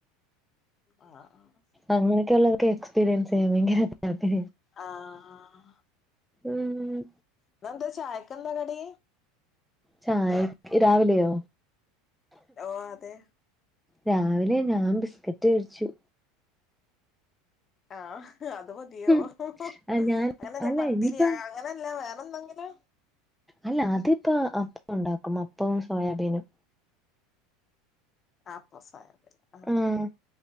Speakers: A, on the left; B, in the centre.
A: ആഹ്
B: അങ്ങനൊക്കെ ഉള്ളതൊക്ക എക്സ്പീരിയൻസ് ചെയ്യുമെങ്കി അതെ
A: ആഹ്
B: ഉം.
A: ഇന്നെന്ത്‌ ചായക്കെന്താ കടി?
B: ചായക്ക് രാവിലെയോ?
A: ഓഹ് അതെ.
B: രാവിലെ ഞാൻ ബിസ്കറ്റ് കഴിച്ചു.
A: ആഹ് അത് മതിയോ
B: ഉം
A: ഹ ഹൂ
B: ആ ഞാൻ
A: അങ്ങനെയല്ല
B: അല്ല
A: പത്തിരിയാ
B: ഇനിയിപ്പ
A: അങ്ങനല്ല വേറെ എന്തെങ്കിലും?
B: അല്ല അതിപ്പോ അപ്പം ഉണ്ടാക്കും അപ്പോം സോയാബീനും.
A: അപ്പോം സോയാബീനും.
B: ആഹ്.